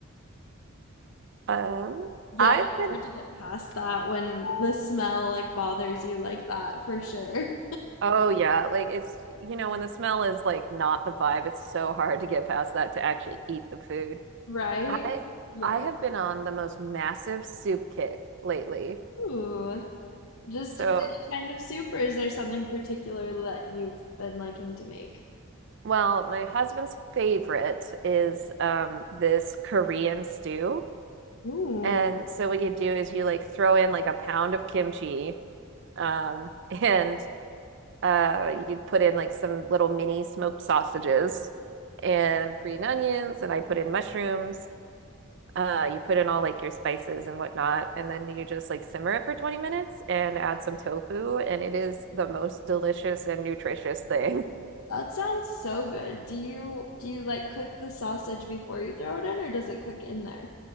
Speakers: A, on the right; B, on the left.
A: um
B: Yeah,
A: I've
B: it's
A: been
B: hard to get past that when the smell like bothers you like that for sure.
A: oh yeah, like it's you know when the smell is like not the vibe, it's so hard to get past that to actually eat the food.
B: Right?
A: I
B: Yes.
A: I have been on the most massive soup kick lately.
B: Ooh. Just
A: So,
B: any kind of soup, or is there something particular that you've been liking to make?
A: well, my husband's favorite is um this Korean stew.
B: Ooh,
A: And so what you do is you like throw in like a pound of kimchi, um, <laughs> and uh, you'd put in like some little mini smoked sausages and green onions, and I put in mushrooms. Uh, you put in all like your spices and whatnot, and then you just like simmer it for 20 minutes and add some tofu, and it is the most delicious and nutritious thing. <laughs>
B: that sounds so good. Do you do you like cook the sausage before you throw it in, or does it cook in there?